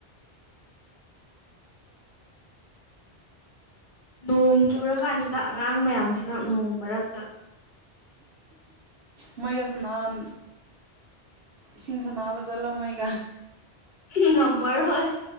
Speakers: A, on the left; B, on the right.
A: ꯅꯣꯡ ꯆꯨꯔ ꯀꯥꯟꯁꯤꯗ ꯑꯉꯥꯡ ꯃꯌꯥꯝꯁꯤꯅ ꯅꯣꯡ ꯃꯔꯛꯇ
B: ꯃꯣꯏꯒ ꯁꯅꯥꯟ ꯏꯁꯤꯡ ꯁꯅꯥꯕ ꯆꯠꯂꯣ ꯃꯣꯏꯒ꯫
A: ꯉꯝꯃꯔꯣꯏ꯫